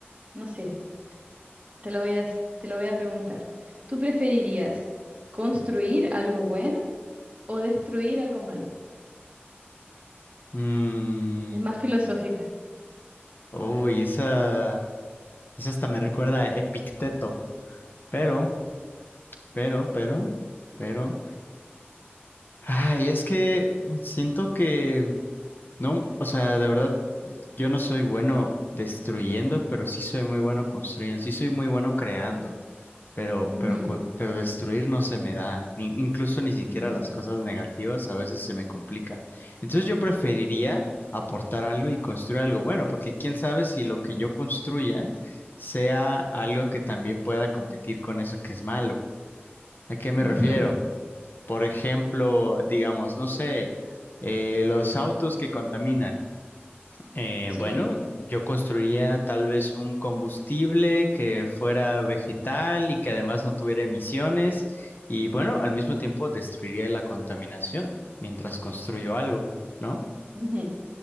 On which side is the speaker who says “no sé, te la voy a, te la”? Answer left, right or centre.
Right